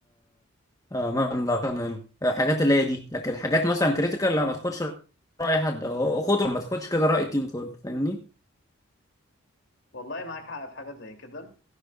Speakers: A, on the left; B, on the left.
A: آه، مثلا الحاجات اللي هي دي لكن حاجات مثلا كريتيكال لا ما تاخدش راي حد خد ما تاخدش كده راي التيم كله فاهمني
B: والله معاك حق في حاجه زي كده